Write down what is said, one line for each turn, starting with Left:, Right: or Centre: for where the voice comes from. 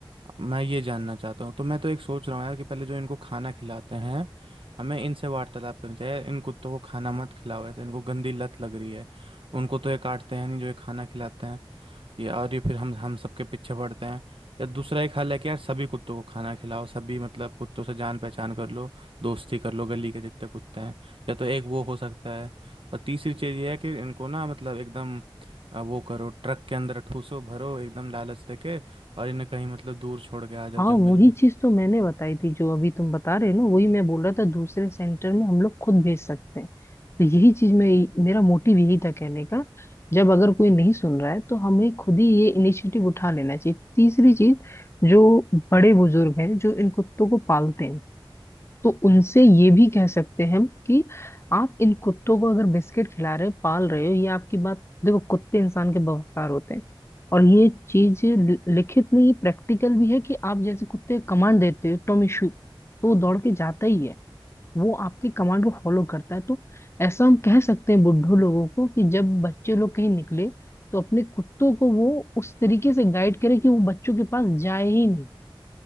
Right: मैं ये जानना चाहता हूँ तो मैं तो एक सोच रहा हूँ यार कि पहले जो इनको खाना खिलाते हैं हमें इनसे वार्तालाप करनी चाहिए इन कुत्तों को खाना मत खिलाओ ऐसे इनको गंदी लत लग रही है उनको तो ये काटते हैं नहीं जो ये खाना खिलाते हैं ये और ये फिर हम हम सबके पीछे पड़ते हैं या दूसरा एक हल है कि यार सभी कुत्तों को खाना खिलाओ सभी मतलब कुत्तों से जान पहचान कर लो दोस्ती कर लो गली के जितने कुत्ते हैं या तो एक वो हो सकता है और तीसरी चीज़ ये है कि इनको ना मतलब एकदम अ, वो करो ट्रक के अंदर ठूसो भरो एकदम लालच देके और इन्हें कहीं मतलब दूर छोड़ के आ जाओ
Left: हाँ
Right: जंगल
Left: वही
Right: में
Left: चीज तो मैंने बताई थी जो अभी तुम बता रहे हो ना वही मैं बोल रहा था दूसरे सेंटर में हम लोग खुद भेज सकते हैं तो यही चीज मैं मेरा मोटिव यही था कहने का जब अगर कोई नहीं सुन रहा है तो हमें खुद ही ये इनिशिएटिव उठा लेना चाहिए तीसरी चीज जो बड़े बुजुर्ग हैं जो इन कुत्तों को पालते हैं तो उनसे ये भी कह सकते हैं हम कि आप इन कुत्तों को अगर बिस्किट खिला रहे हो पाल रहे हो ये आपकी बात देखो कुत्ते इंसान के बफादार होते हैं और ये चीज लि- लिखित नहीं प्रैक्टिकल भी है कि आप जैसे कुत्ते को कमांड देते हो टॉमी शू तो वो दौड़ के जाता ही है वो आपकी कमांड को फॉलो करता है तो ऐसा हम कह सकते हैं बुड्ढों लोगों को कि जब बच्चे लोग कहीं निकले तो अपने कुत्तों को वो उस तरीके से गाइड करे कि वो बच्चों के पास जाए ही नहीं